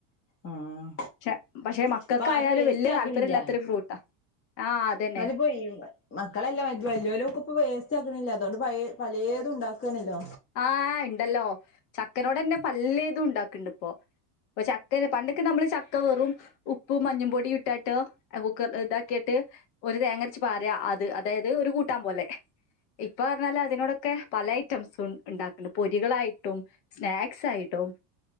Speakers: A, on the left; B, on the left.
A: ആഹ്
B: പക്ഷെ പക്ഷെ മക്കൾക്ക്
A: ഇപ്പൊ ആരും
B: ആയാലും
A: വേസ്റ്റ്
B: വല്യ
A: ആക്കണില്ല
B: താല്പര്യം ഇല്ലാത്തൊരു ഫ്രൂട്ടാ
A: <unintelligible>
B: ആഹ് അതന്നെ
A: മക്കളെല്ലാം വ <unintelligible> <unintelligible> അതുകൊണ്ട് പ പലേതും ഉണ്ടാക്കാണല്ലോ
B: ആഹ ഉണ്ടല്ലോ ചക്കനോട് തന്നെ പല്യാതും ഉണ്ടാക്കണ്ട് ഇപ്പോ ഇപ്പൊ ചക്കെ പണ്ടക്കെ നമ്മള് ചക്ക വെറും ഉപ്പും മഞ്ഞപൊടി ഇട്ടാട്ടോ കുക്കർ ഇതാക്കിയിട്ട് ഒരു തേങ്ങരച്ച പാറ അത് അതായത് ഒരു കൂട്ടാൻ പോലെ ഇപ്പ പറഞ്ഞാല് അതിനോടൊക്കെ പല ഐറ്റംസും ഉണ്ടാക്കണ്ട് പൊരികളായിട്ടും സ്നാക്സ് ആയിട്ടും